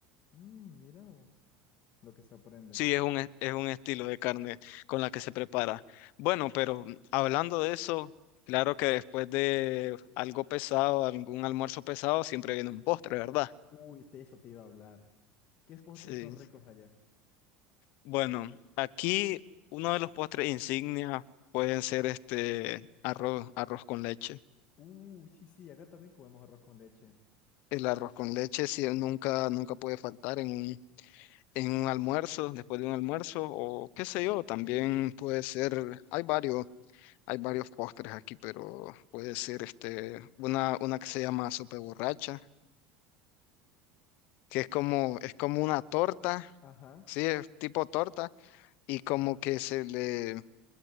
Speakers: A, on the left (about 50°); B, on the left (about 65°).
A: Mm, mira vos, lo que se aprende.
B: Sí, es un, es es un estilo de carne con la que se prepara. Bueno, pero hablando de eso, claro que después de algo pesado, algún almuerzo pesado, siempre viene un postre, ¿verdad?
A: Uy, de eso te iba a hablar. ¿Qué postres
B: Sí.
A: son ricos allá?
B: Bueno, aquí uno de los postres insignia pueden ser este arroz, arroz con leche.
A: Uy, sí, sí, acá también comemos arroz con leche.
B: El arroz con leche sí, nunca, nunca puede faltar en un, en un almuerzo, después de un almuerzo, o qué sé yo, también puede ser, hay varios, hay varios postres aquí, pero puede ser este, una, una que se llama sopa borracha, que es como, es como una torta,
A: Ajá.
B: sí, es tipo torta, y como que se le